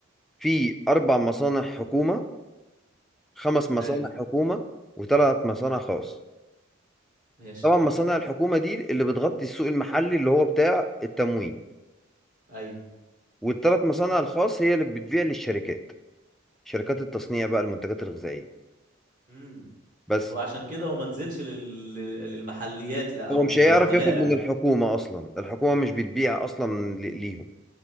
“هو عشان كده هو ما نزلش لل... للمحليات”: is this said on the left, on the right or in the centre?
Right